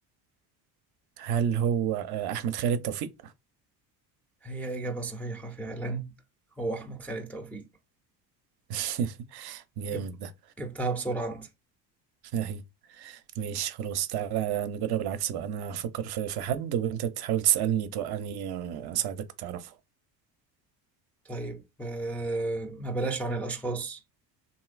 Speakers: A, on the right (about 50°); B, in the centre.
A: هل هو آه، احمد خالد توفيق
B: هي إجابة صحيحة فعلا هو أحمد خالد توفيق
A: <laughs> جامد
B: جبت
A: ده
B: جبتها بسرعة أنت
A: اهي ماشي خلاص تعالى نجرب العكس بقى انا افكر في في حد وانت تحاول تسالني توقعني آه، اساعدك تعرفه
B: طيب آه، ما بلاش عن الأشخاص